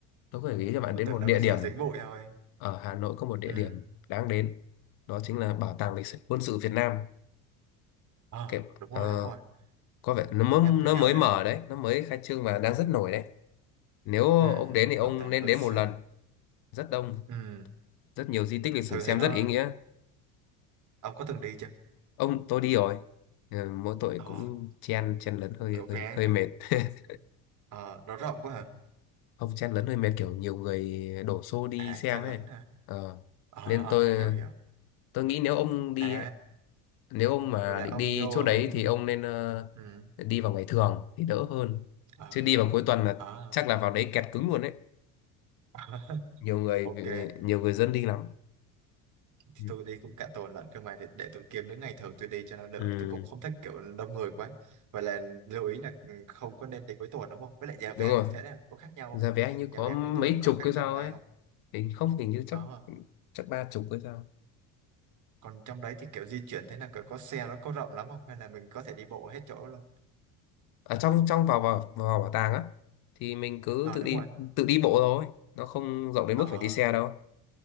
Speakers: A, on the left (about 60°); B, on the right (about 45°).
A: tôi có thể gợi cho bạn
B: Tôi
A: đến
B: tưởng
A: một địa
B: đâu nó
A: điểm
B: chỉ dính bụi thôi.
A: ở Hà Nội có một địa
B: Ừ.
A: điểm đáng đến đó chính là Bảo tàng lịch sử quân sự Việt Nam
B: Ờ,
A: cái,
B: đúng rồi,
A: ờ,
B: đúng rồi.
A: có vẻ nó
B: Ông
A: mới,
B: nhắc tôi
A: nó
B: nhớ
A: mới
B: rồi
A: mở
B: đấy.
A: đấy nó mới khai trương và đang rất nổi đấy nếu
B: Ừ,
A: ông đến thì ông
B: bảo tàng
A: nên
B: quân
A: đến
B: sự.
A: một lần rất đông
B: Ừ,
A: rất nhiều di tích lịch sử
B: thử
A: xem
B: thấy nó...
A: rất ý nghĩa
B: Ông có từng đi chưa?
A: ông tôi đi rồi Ừ, mỗi tội
B: Ờ,
A: cũng chen chen lấn hơi
B: kiểu
A: hơi
B: vé...
A: hơi mệt <laughs>
B: Ờ, nó rộng quá hả?
A: không chen lấn hơi mệt kiểu nhiều người đổ xô đi
B: À,
A: xem
B: chen
A: ấy
B: lấn hả?
A: ờ.
B: Ờ,
A: nên
B: ờ,
A: tôi
B: hiểu, hiểu.
A: tôi nghĩ nếu ông đi
B: À,
A: ấy nếu ông mà
B: vậy là
A: định
B: ông
A: đi
B: vô,
A: chỗ
B: ông...
A: đấy thì ông nên ờ,
B: Ừ,
A: đi vào ngày thường thì đỡ hơn
B: ờ,
A: chứ đi vào cuối tuần là
B: ờ.
A: chắc là vào đấy kẹt cứng luôn đấy
B: <laughs>
A: nhiều người
B: Ok.
A: nhiều người dân đi lắm
B: thì
A: ừ
B: tôi đi cũng cả tuần lận cơ mà để, để tôi kiếm những ngày thường tôi đi cho nó đỡ
A: Ừ,
B: tôi cũng không thích kiểu đông người quá và là lưu ý là ừ, không có nên đi cuối tuần đúng không với lại giá vé
A: đúng rồi
B: thì thế nào có khác nhau
A: giá
B: không
A: vé hình như
B: giá
A: có
B: vé
A: mấy
B: cuối tuần có
A: chục
B: khác
A: cái
B: trong
A: sao
B: ngày
A: ấy
B: không
A: thì không hình như chắc
B: đó
A: chắc ba chục cái sao
B: còn trong đấy thì kiểu di chuyển thế nào kiểu có xe nó có rộng lắm không hay là mình có thể đi bộ hết chỗ luôn
A: ở trong trong vào vào vào bảo tàng á thì mình cứ
B: ờ
A: tự
B: đúng
A: đi
B: rồi
A: tự đi bộ thôi nó không rộng đến
B: ờ
A: mức phải đi xe đâu